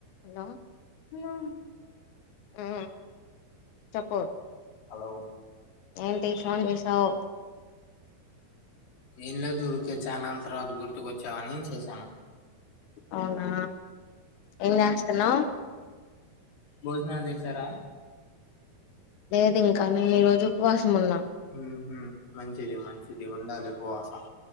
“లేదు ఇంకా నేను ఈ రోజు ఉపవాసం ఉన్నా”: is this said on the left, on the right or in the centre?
Left